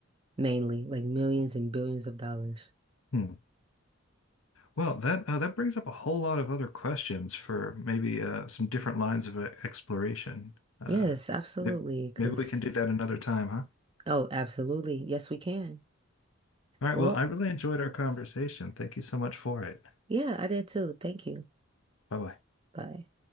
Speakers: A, on the right; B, on the left.
A: mainly, like millions and billions of dollars.
B: Hmm. Well, that uh, that brings up a whole lot of other questions for maybe uh, some different lines of uh, exploration. Uh,
A: Yes, absolutely.
B: maybe,
A: 'Cause
B: maybe we can do that another time, huh?
A: oh, absolutely. Yes, we can.
B: All right.
A: Well,
B: Well, I really enjoyed our conversation. Thank you so much for it.
A: yeah, I did too. Thank you.
B: Bye bye.
A: Bye.